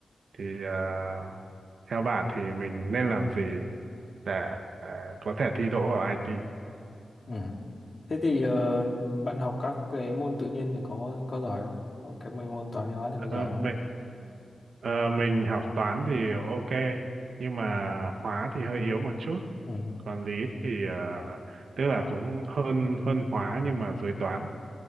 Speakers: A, on the right; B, on the left.
A: Thì à, theo bạn thì mình nên làm gì để à, có thể thi đỗ vào IT?
B: Ừ. Thế thì ờ, bạn học các cái môn tự nhiên thì có có giỏi không? Có Cái mấy môn toán lý hóa thì
A: Ờ,
B: có giỏi
A: mình,
B: không?
A: ờ, mình học toán thì ok, nhưng mà hóa thì hơi yếu một chút.
B: Ừ.
A: còn lý thì à, tức là cũng hơn hơn hóa nhưng mà dưới toán